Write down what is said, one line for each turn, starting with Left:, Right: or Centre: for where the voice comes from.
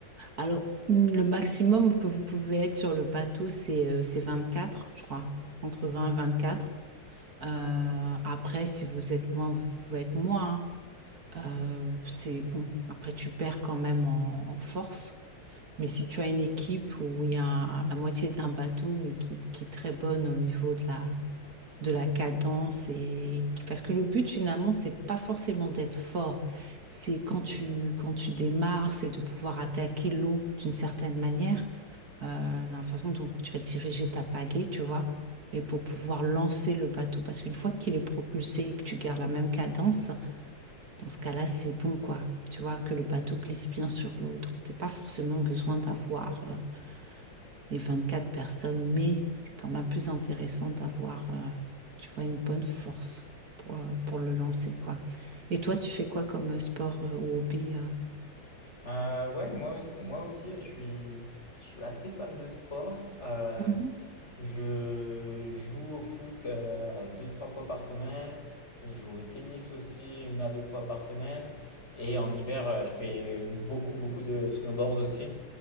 Right: Alors, mm, le maximum que vous pouvez être sur le bateau, c'est euh, c'est quatre je crois, entre 20 et 24. Euh, après, si vous êtes moins, vous pouvez être moins. hein. Euh, c'est bon. Après, tu perds quand même en, en force. Mais si tu as une équipe où il y a la moitié d'un bateau, mais qui, qui est très bonne au niveau de la, de la cadence et parce que le but finalement c'est pas forcément d'être fort c'est quand tu quand tu démarres c'est de pouvoir attaquer l'eau d'une certaine manière euh, dans la façon dont tu vas diriger ta pagaie tu vois et pour pouvoir lancer le bateau parce qu'une fois qu'il est propulsé et que tu gardes la même cadence dans ce cas-là c'est bon quoi tu vois que le bateau glisse bien sur l'eau donc t'es pas forcément besoin d'avoir euh, les 24 personnes, mais c'est quand même plus intéressant d'avoir, euh, tu vois, une bonne force pour, euh, pour le lancer, quoi. Et toi, tu fais quoi comme euh, sport euh, ou hobby euh
Left: Euh, ouais, moi, moi aussi, je suis, je suis assez fan de sport. Euh,
Right: Mhm.
Left: je joue au foot euh, deux, trois fois par semaine. Je joue au tennis aussi une à deux fois par semaine. Et en hiver, euh, je fais beaucoup, beaucoup de snowboard aussi.